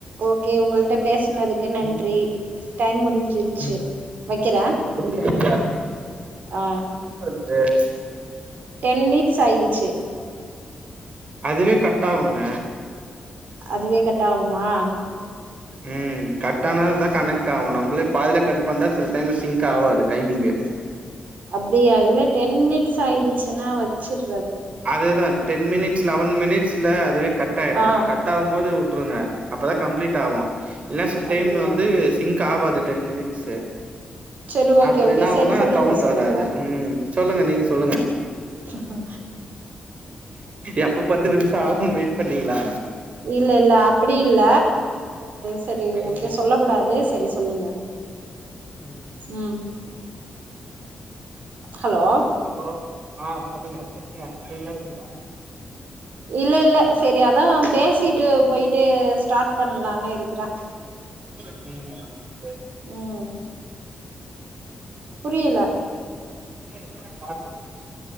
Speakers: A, on the right (about 70°); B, on the right (about 45°).
A: ஓகே உங்கள்ட பேசுனதுக்கு நன்றி
B: ம்
A: டைம் முடிஞ்சிருச்சு
B: ம்
A: வைக்கிறே
B: புரிஞ்சிருச்சா
A: ஆஹ்
B: <inaudible>
A: டென் மினிட்ஸ் ஆயிடுச்சு
B: அதுவே கட் ஆகுங்க
A: அதுவே கட்டாகுமா
B: ம் கட்டானதா கனைக் க்காகு ஆகு நம்ளே பாதியில கட் பண்டா சில டைம்ல சிங்க் ஆகாது டைமிங்க்
A: அப்டியா இல்ல டென் மினிட்ஸ் ஆயிடுச்சுன்னா வச்சறது
B: அதேதா டென் மினிட்ஸ் லெவன் மினிட்ஸ்ல அதுவே கட் ஆயிடு
A: ஆ
B: கட் ஆகும் போது வுட் ருங்க அப்பதா கம்ப்ளீட் ஆகு இல்ல சில டைம்
A: அப்டியா
B: வந்து சிங்க் காவாது டென் மினிட்ஸ்
A: சரி ஓகே
B: அப்றோ
A: ஓகே
B: என்னாவுனா
A: சரி சொல்லுங்க
B: கவுண்ட்
A: சொல்லுங்க
B: வராது ம் சொல்லுங்க நீங்க சொல்லுங்க
A: ஹஹா
B: எப்ப பத்து நிம்ஷ ஆவுன் வெயிட் பண்ணீங்களா
A: இல்ல இல்ல அப்டி இல்ல சரி
B: டைம்
A: ஓகே
B: வேஸ்ட்
A: சொல்ல கூடாது சரி சொல்லுங்க
B: ம்
A: ம் ஹலோ
B: அப்றம் ஆ சொல்லுங்க சட்னி அரச்சிட்டிங்லா இல்லியா
A: இல்ல இல்ல சரி அதா பேசிட்டு டு ஸ்டார்ட்
B: ம்
A: பண்லானு இருக்குறே
B: உம்
A: ம் புரியல
B: இன்னு எத்தன கால் இருக்கு